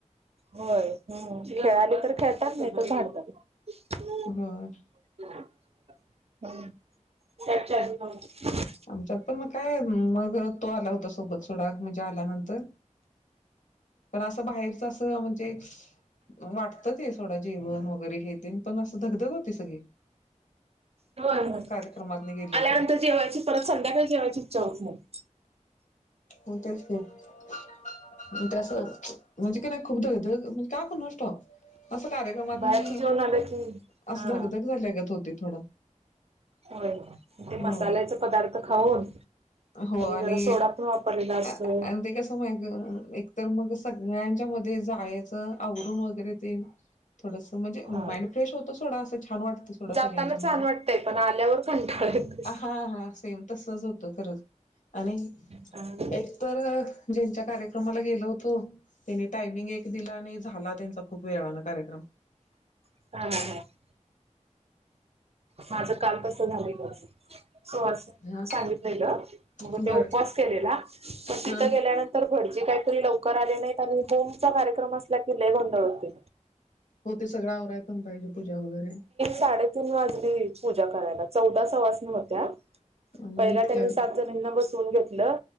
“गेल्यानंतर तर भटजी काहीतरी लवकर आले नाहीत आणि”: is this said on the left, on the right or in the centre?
Right